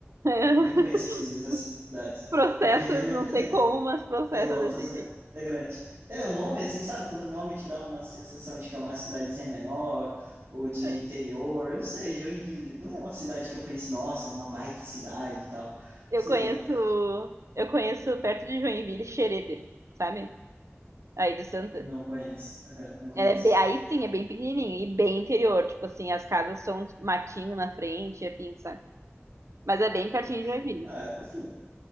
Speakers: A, on the right; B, on the right.
A: É. <laughs>
B: Eu nem conheço, às vezes, as cidades.
A: Processa,
B: Mas vivendo
A: não
B: e aprendendo,
A: sei como,
B: né?
A: mas processa
B: Pelotas
A: desse
B: é,
A: jeito.
B: é grande. É, o nome, assim, sabe? Quando o nome te dá uma sensação de que é uma cidadezinha menor ou de
A: É.
B: interior, não sei, Joinville. Não é uma cidade que eu pense, nossa, é uma baita cidade e tal.
A: Eu
B: Sei
A: conheço,
B: lá.
A: eu conheço perto de Joinville, Xereder, sabe? Aí de Santa.
B: Não conheço. Aham, não conheço.
A: É, be- aí sim, é bem pequenininho e bem interior. Tipo assim, as casas são matinho na frente, assim, sabe? Mas é bem pertinho de Joinville.
B: Ah, é fofinho.